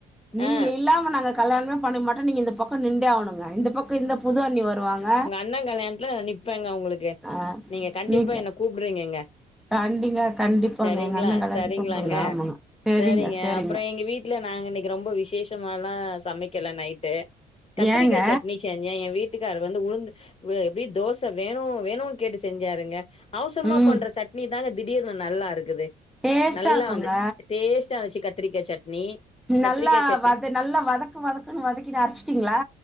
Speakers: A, in the centre; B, on the left.
A: நீங்க
B: ஆ
A: இல்லாம நாங்க கல்யாணமே பண்ண மாட்டே நீங்க இந்த பக்கோ நின்டே ஆகணுங்க இந்த பக்கம் இந்த புது அண்ணி வருவாங்க
B: உங் அண்ணே கல்யாணத்துல நிப்பாங்க உங்களுக்கு
A: ஆ
B: நீங்க கண்டிப்பா
A: நீங்க
B: என்ன கூப்பட்றீங்கங்க
A: கண்டிங்க கண்டிப்பாங்க
B: சரிங்களா
A: எங்க அண்ண கல்யாணத்துக்கு
B: சரிங்களாங்க
A: கூப்டுங்க ஆமாங்க செரிங்க
B: சரிங்க
A: செரிங்க
B: அப்றோ எங்க வீட் இல்ல நாங்க இன்னிக்கு ரொம்ப விசேஷமால்லா சமைக்கல நைட்டு கத்ரிக்கா
A: ஏங்க
B: சட் செஞ்சே என் வீட்டுக்கார் வந்து உளுந்து அப்டி தோச வேணு வேணும்னு கேட்டு செஞ்சாருங்க அவுசுரமா
A: ம்
B: பண்ற சட்னி தாங்க திடீர்னு நல்லா இருக்குது
A: டேஸ்ட்டா
B: நல்லா
A: இருக்குங்க
B: வந்து டேஸ்டா வந்ச்சு கத்ரிக்கா சட்னி கத்திரிக்கா
A: நல்லா
B: சட்னி
A: வத நல்லா வதக் வதக்ன்னு வதக்கின்னு அரச்சிட்டீங்களா